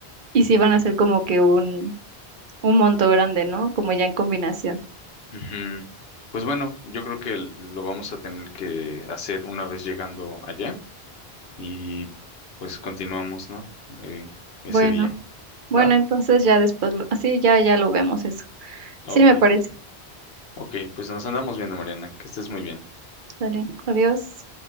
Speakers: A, on the right; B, on the left.
A: y sí van a ser como que un, un monto grande, ¿no? Como ya en combinación.
B: Ujú. Pues bueno, yo creo que lo vamos a tener que hacer una vez llegando allá y pues continuamos, ¿no? Eh, ese
A: Bueno,
B: día.
A: bueno,
B: ¿Va?
A: entonces ya después, lo- así ya, ya lo vemos eso. Sí,
B: Ok,
A: me parece.
B: ok, pues nos andamos viendo, Mariana, que estés muy bien.
A: Dale, adiós.